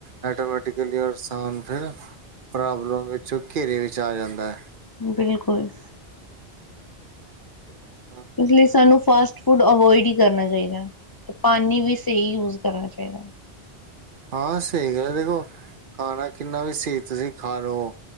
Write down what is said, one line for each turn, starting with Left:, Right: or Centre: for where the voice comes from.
Right: ਆਟੋਮੈਟਿਕਲੀ ਔਰ ਇਨਸਾਨ ਫਿਰ ਪ੍ਰੋਬਲਮ ਵਿੱਚ ਘੇਰੇ ਵਿੱਚ ਆ ਜਾਂਦਾ ਹੈ।
Left: ਬਿਲਕੁਲ
Right: ਹਾ
Left: ਇਸ ਲਈ ਸਾਨੂੰ ਫਾਸਟ ਫੂਡ ਅਵਇਡ ਹੀ ਕਰਨਾ ਚਾਹੀਦਾ ਹੈ। ਤੇ ਪਾਣੀ ਵੀ ਸਹੀ ਯੂਜ ਕਰਨਾ ਚਾਹੀਦਾ।
Right: ਹਾਂ ਸਹੀ ਗ ਦੇਖੋ ਖਾਣਾ ਕਿੰਨਾ ਵੀ ਸਹੀ ਤੁਸੀਂ ਖਾ ਲਵ